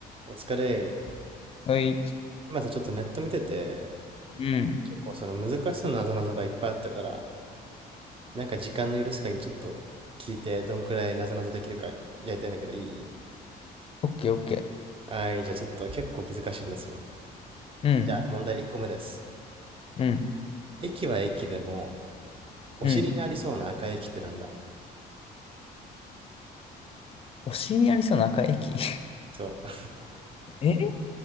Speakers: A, on the right; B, on the left.
A: お疲れ。
B: はい。
A: 今さ、ちょっとネット見てて、
B: うん。
A: 結構その難しそうなぞなぞがいっぱいあったから、なんか時間の許す限りちょっと聞いて、どんくらいなぞなぞできるかやりたいんだけど、いい
B: オッケーオッケー。
A: はい、じゃあちょっと結構難しいんですよ。
B: うん。
A: じゃあ問題1個目です。
B: うん。
A: 駅は駅でも、お尻にありそうな赤い駅ってなんだ
B: うん。お尻にありそうな赤い駅
A: そう。
B: <laughs> え